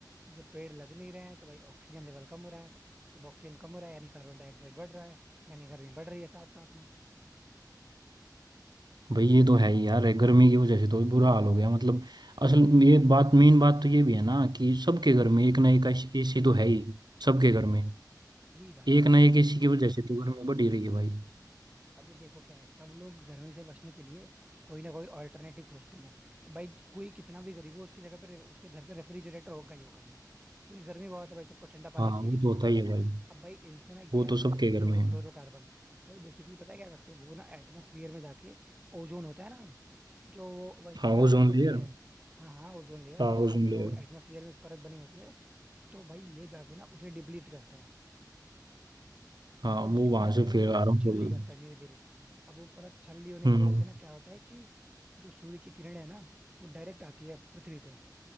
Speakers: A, on the right (about 15°); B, on the right (about 70°).
A: जब पेड़ लग नहीं रहे हैं तो भाई ऑक्सीजन लेवल कम हो रहा है जब ऑक्सीजन कम हो रहा है यानी कार्बन डाइऑक्साइड बढ़ रहा है यानी गर्मी बढ़ रही है साथ साथ में
B: भाई ये तो है ही यार गर्मी की वजह से तो बुरा हाल हो गया मतलब असल में ये बात मेन बात तो ये भी है ना कि सबके घर में एक ना एक एसी तो है ही सबके घर में
A: वही भाई
B: एक
A: वही
B: ना एक
A: चीज
B: एसी
A: है
B: की वजह से तो गर्मी बढ़ ही रही है भाई
A: अभी देखो क्या है सब लोग गर्मी से बचने के लिए कोई ना कोई ऑल्टरनेटिव खोजते हैं अब भाई कोई कितना भी गरीब हो उसकी जगह पर उसके घर पे रेफ्रिजरेटर होगा ही होगा भाई क्योंकि गर्मी बहुत है भाई सबको ठंडा पानी
B: हाँ
A: चाहिए
B: वो तो होता ही है भाई
A: अब भाई इनसे ना एक गैस
B: वो तो सबके
A: निकलती है
B: घर
A: क्लोरोफ्लोरोकार्बन
B: में है
A: भाई बेसिकली पता है क्या करते हैं वो ना एटमोसफियर में जाके ओजोन होता है ना जो वो एक
B: House
A: परत बनी
B: own
A: होती
B: layer
A: है हाँ हाँ ओजोन लेयर
B: House own
A: जो
B: layer
A: एटमोसफियर में एक परत बनी होती है तो भाई ये जाके ना उसे डिप्लीट करता है
B: हाँ
A: मतलब उसकी
B: वो
A: परत
B: वहां से
A: को
B: फिर
A: वो
B: आ रहा हूँ
A: छलनी
B: फुल
A: करता है धीरे धीरे अब वो परत छलनी होने
B: हम्म
A: की वजह से ना क्या होता है कि जो सूर्य की किरण है ना वो डायरेक्ट आती है पृथ्वी पे